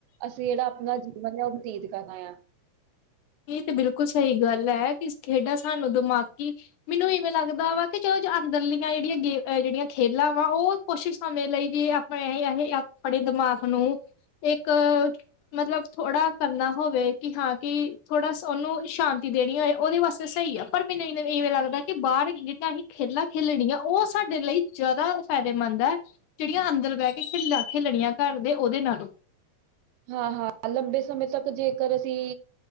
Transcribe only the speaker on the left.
ਏਈ ਤੇ ਬਿਲਕੁਲ ਸਈ ਗਾੱਲ ਐ, ਕਿ ਖੇਡਾਂ ਸਾਨੂੰ ਦਮਾਕੀ ਮੇਨੂੰ ਇਵੇਂ ਲਾੱਗਦਾ ਵਾ ਕਿ ਚਲੋ ਅੰਦਰਲੀਆਂ ਜੇੜੀਆਂ ਗੇ ਜੇੜੀਆਂ ਖੇਲਾਂ ਵਾ ਓ ਕੋਸ਼ਿਸ਼ <unintelligible> ਲਈ ਆਪਣੇ ਯਾਹੇ ਆਪਣੇ ਦਮਾਗ ਨੂੰ ਏਕ ਮਤਲਬ ਥੋੜਾ ਕਰਨਾ ਹੋਵੇ ਕੀ ਹਾਂ ਕਿ ਥੋੜਾ ਸੋਨੂੰ ਸ਼ਾਂਤੀ ਦੇਣੀ ਹੋਏ, ਓਦੇ ਵਾਸਤੇ ਸਈ ਆ ਪਰ ਮੀਨੂ ਇਵੇਂ ਲੱਗਦਾ ਕਿ ਬਾਰ ਜਿਨਾ ਅਹੀ ਖੇਲਾਂ ਖੇਲਣੀਆਂ ਓ ਸਾਡੇ ਲਈ ਜਾਦਾ ਫੈਦੇਮੰਦ ਐ। ਜਗੜੀਆਂ ਅੰਦਰ ਬੈ ਕੇ ਖੇਲਾ ਖੇਲਣੀਆਂ ਘਾੱਰ ਦੇ ਓਦੇ ਨਾਲੋ